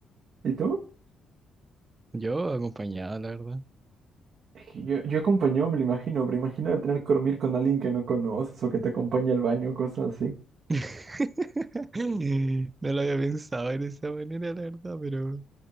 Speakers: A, on the right; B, on the right.
A: ¿Y tú?
B: yo acompañado, la verdad.
A: Es que yo, yo acompañado me lo imagino, pero imagino tener que dormir con alguien que no conoces o que te acompañe al baño, cosas así.
B: <laughs> No lo había pensado en esa manera, la verdad, pero